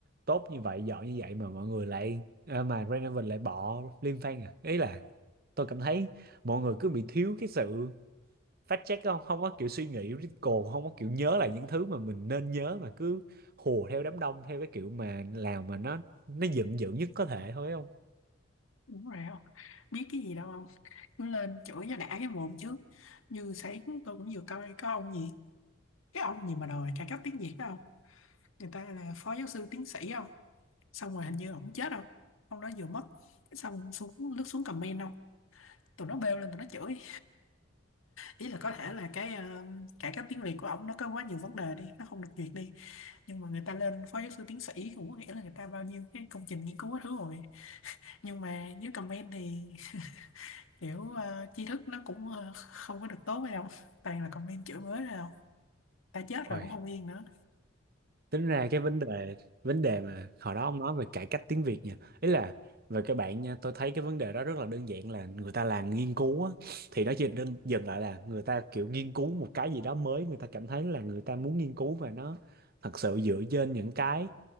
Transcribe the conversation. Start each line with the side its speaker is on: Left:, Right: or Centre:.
Right: tốt như vậy giỏi như vậy mà mọi người lại ờ, mà Renovation lại bỏ Lim Fan à ý là tôi cảm thấy mọi người cứ bị thiếu cái sự fact check không không có kiểu suy nghĩ critical không có kiểu nhớ lại những thứ mà mình nên nhớ mà cứ hùa theo đám đông theo cái kiểu mà làm mà nó nó dựng dựng nhất có thể thôi không
Left: đúng rồi không biết cái gì đâu không cứ lên chửi cho đã cái mồm trước như sáng tôi cũng vừa coi có ông gì cái ông gì mà đòi cải cách tiếng Việt đó không người ta là phó giáo sư tiến sĩ không xong rồi hình như ổng chết không ông đó vừa mất Cái xong xuống lướt xuống comment không tụi nó bêu lên tụi nó chửi ý là có thể là cái ờ, cải cách tiếng Việt của ổng nó có quá nhiều vấn đề đi nó không được duyệt đi nhưng mà người ta lên phó giáo sư tiến sĩ cũng có nghĩa là người ta bao nhiêu cái công trình nghiên cứu hết thứ rồi nhưng mà dưới comment thì kiểu ờ, tri thức nó cũng ờ, không có được tốt hay không toàn là comment chửi bới rồi không ta chết
Right: Ôi,
Left: rồi cũng không yên nữa
Right: tính ra cái vấn đề vấn đề mà hồi đó ông nói về cải cách tiếng Việt nha ý là về các bạn nha tôi thấy cái vấn đề đó rất là đơn giản là người ta làm nghiên cứu á, thì nó chỉ đơn dừng lại là người ta kiểu nghiên cứu một cái gì đó mới người ta cảm thấy là người ta muốn nghiên cứu và nó thật sự dựa trên những cái